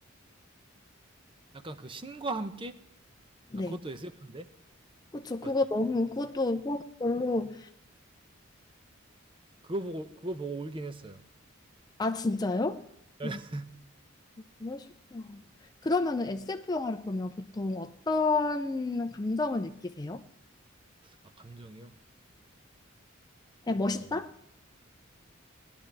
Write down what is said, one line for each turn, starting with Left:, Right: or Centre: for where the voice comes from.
Right: 약간 그 신과 함께?
Left: 네.
Right: 아, 그것도 SF인데?
Left: 그쵸. 그거
Right: 맞죠?
Left: 너무, 그것도 별로,
Right: 그거 보고 그거 보고 울긴 했어요.
Left: 아, 진짜요?
Right: <laughs>
Left: 음, 그러시구나. 그러면은 SF 영화를 보면 보통 어떤 감정을 느끼세요?
Right: 아, 감정이요?
Left: 그냥 멋있다?
Right: 어.